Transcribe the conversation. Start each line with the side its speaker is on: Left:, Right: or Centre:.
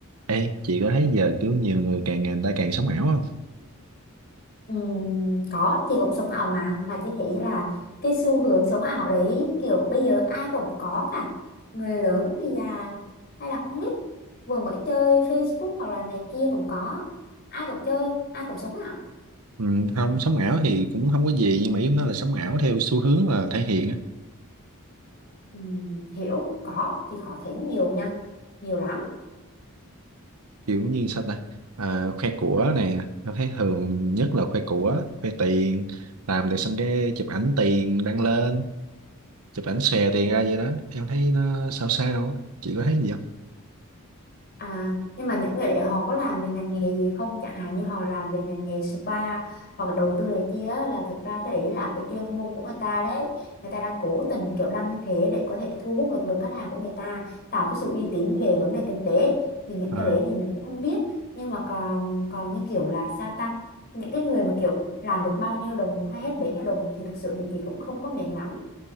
Right: Ê, chị có thấy giờ kiểu nhiều người càng ngày người ta càng sống ảo không?
Left: Ừm, có chị cũng sống ảo mà mà chị thấy là cái xu hướng sống ảo đấy kiểu bây giờ ai cũng có cả người lớn thì là hay là con nít vừa mới chơi Facebook hoặc là này kia cũng có ai cũng chơi ai cũng sống ảo
Right: Ừ, không, sống ảo thì cũng không có gì nhưng mà ý em nói là sống ảo theo xu hướng là thể hiện á,
Left: Ừm, hiểu có chị có thấy nhiều nha nhiều lắm
Right: kiểu như sao ta? À, khoe của nè, em thấy thường nhất là khoe của, khoe tiền, làm được xong cái chụp ảnh tiền đăng lên, chụp ảnh xòe tiền ra vậy đó. Em thấy nó sao sao á, chị có thấy gì không?
Left: À, nhưng mà những người đấy họ có làm về ngành nghề gì không? Chẳng hạn như họ làm về ngành nghề spa hoặc là đầu tư này kia á, là thực ra cái đấy là cái chuyên môn của người ta đấy. Người ta đang cố tình kiểu đăng như thế để có thể thu hút lực lượng khách hàng của người ta, tạo cái sự uy tín về vấn đề kinh tế. Thì những
Right: Ờ.
Left: cái đấy thì mình cũng không biết. Nhưng mà còn còn như kiểu là sao ta? Những cái người mà kiểu làm được bao nhiêu đồng khoe hết bấy nhiêu đồng thì thực sự thì chị cũng không có mệt lắm.